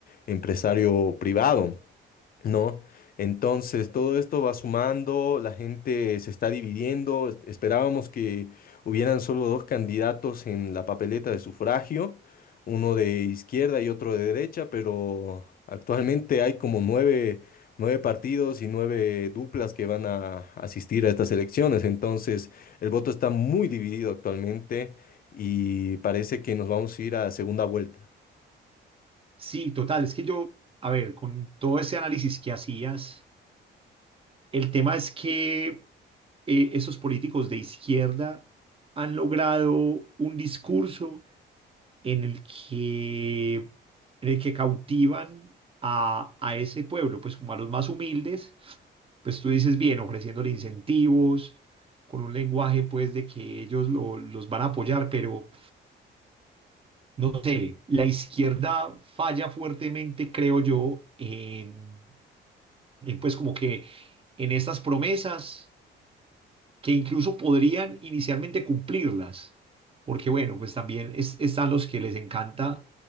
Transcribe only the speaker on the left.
empresario privado. ¿no? Entonces, todo esto va sumando, la gente se está dividiendo. es- Esperábamos que hubieran solo dos candidatos en la papeleta de sufragio, uno de izquierda y otro de derecha, pero actualmente hay como nueve, nueve partidos y nueve duplas que van a asistir a estas elecciones. Entonces, el voto está muy dividido actualmente y parece que nos vamos a ir a segunda vuelta.